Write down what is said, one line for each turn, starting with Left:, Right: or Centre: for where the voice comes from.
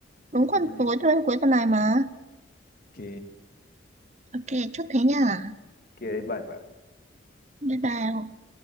Right: đúng
Left: Ừ,
Right: còn
Left: tuần này
Right: cuối tuần cuối tuần này mà
Left: ok
Right: ok chốt thế nhá
Left: ok bye bye
Right: bye bye